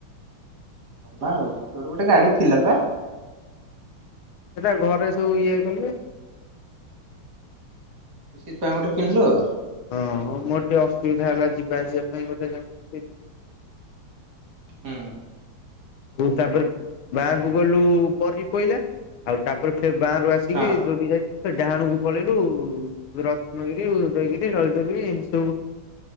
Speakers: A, on the right; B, on the left.
A: ତୋର ଗୋଟେ ଗାଡି ଥିଲା ପା।
B: ସେଟା ଘରେ ସବୁ ଇଏ କଲେ
A: ସେଇଥିପାଇଁ ଗୋଟେ କିଣିଲୁ ଆଉ।
B: ହଁ ମୋର ଟିକେ ଅସୁବିଧା ହେଲା ଯିବା ଆସିବା ପାଇଁ ବୋଧେ।
A: ହୁଁ।
B: ହ ତାପରେ ଗାଁକୁ ଗଲୁ ପରି ପଇଲାା ଆଉ ତାପରେ ଫ ଗାଁରୁ ଆସି। ଟିକେ
A: ହଁ
B: ଯୋଡ଼ି ଯାଇଛି। ସେ ଡାହାଣକୁ ପଳେଇଲୁ ରତ୍ନକରି ଉଦୟକିରି ରଳିଦକରି ଏମିତି ସବୁ